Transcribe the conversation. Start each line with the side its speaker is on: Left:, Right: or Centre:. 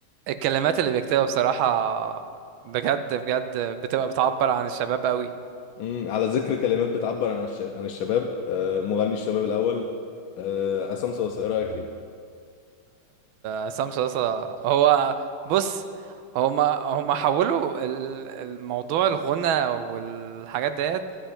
Right: الكلمات اللي بيكتبها بصراحه بجد بجد بتبقى بتعبر عن الشباب قوي
Left: امم على ذكر كلمات بتعبر عن الش... عن الشباب آه، مغني الشباب الاول آه، عصام صاصا ايه رايك فيه
Right: عصام صاصا هو بص هما هما حولوا ال- الموضوع الغنى والحاجات ديت